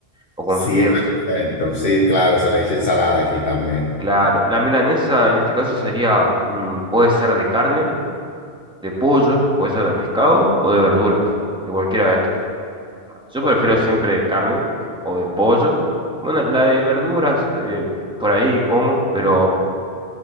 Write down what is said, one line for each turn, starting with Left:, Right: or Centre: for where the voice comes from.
Centre: o con
Left: Sí,
Centre: fideos.
Left: perfecto. Sí, claro, se le echa ensalada aquí también.
Centre: Claro, la milanesa en este caso sería, mm, puede ser de carne, de pollo, puede ser de pescado o de verduras, de cualquiera de estos. Yo
Left: Ok.
Centre: prefiero siempre de carne o de pollo. Bueno, la de verduras, eh, por ahí como, pero